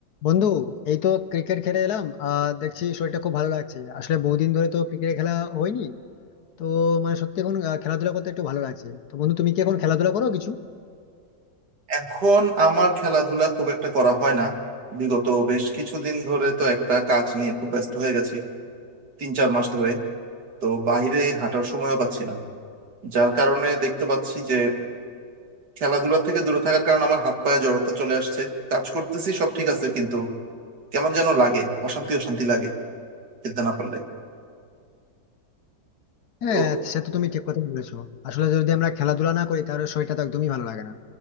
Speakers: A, on the left; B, on the right.
A: বন্ধু এই তো ক্রিকেট খেলে এলাম আহ দেখছি শরীরটা খুব ভালো লাগছে আসলে বহুদিন ধরে তো ক্রিকেট খেলা হয়নি তো মানে সত্যি এখন আহ, খেলাধুলা করতে একটু ভালো লাগছে তো বন্ধু তুমি কি এখন খেলাধুলা করো কিছু
B: এখন আমার খেলাধুলা খুব একটা করা হয় না বিগত বেশ কিছুদিন ধরে তো একটা কাজ নিয়ে খুব ব্যস্ত হয়ে গেছি তিন চার মাস ধরে তো বাইরে হাঁটার সময়ও পাচ্ছি না যার কারণে দেখতে পাচ্ছি যে খেলাধুলা থেকে দূরে থাকার কারণে আমার হাত পায়ে জড়তা চলে আসছে কাজ করতেছি সব ঠিক আছে কিন্তু কেমন যেন লাগে অশান্তি অশান্তি লাগে খেলতে না পারলে
A: হ্যাঁ
B: তো
A: সে তো তুমি ঠিক কথা বলেছো আসলে যদি আমরা খেলাধুলা না করি তাহলে শরীরটা তো একদমই ভালো লাগে না